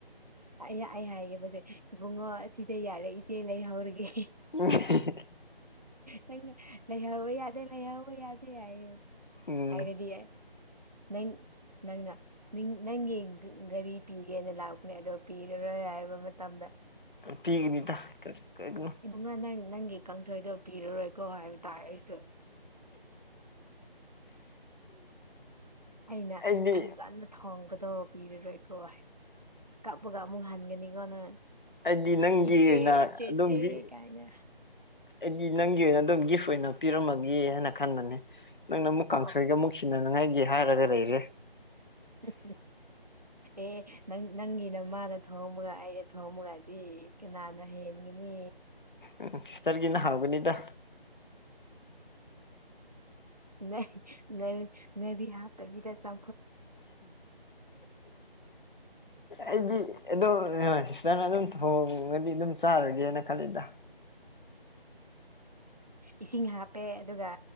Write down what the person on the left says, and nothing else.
ꯎ
ꯎꯝ
ꯄꯤꯒꯅꯤꯇ ꯀ ꯀꯅ
ꯑꯩꯗꯤ
ꯑꯩꯗꯤ ꯅꯪꯒꯤ
ꯑꯣꯏꯅ
ꯑꯗꯣꯝꯒꯤ
ꯑꯩꯗꯤ ꯅꯪꯒꯤ ꯑꯗꯨꯝ ꯒꯤꯐ ꯑꯣꯏꯅ ꯄꯤꯔꯝꯃꯒꯦ ꯍꯥꯏꯅ ꯈꯟꯕꯅꯦ ꯅꯪꯅ ꯑꯃꯨꯛ ꯀꯥꯡꯁꯣꯏꯒ
ꯑꯃꯨꯛ ꯁꯤꯟꯅꯅꯉꯥꯏꯒꯤ ꯍꯥꯏꯔꯒ ꯂꯩꯔꯦ
ꯎꯝ ꯁꯤꯁꯇꯔꯒꯤꯅ ꯍꯥꯡꯒꯅꯤꯗ
ꯑꯩꯗꯤ ꯑꯗꯨꯝ ꯁꯤꯁꯇꯔꯅ ꯑꯗꯨꯝ ꯊꯣꯡꯉꯗꯤ ꯑꯗꯨꯝ ꯆꯥꯔꯒꯦꯅ ꯈꯜꯂꯤꯗ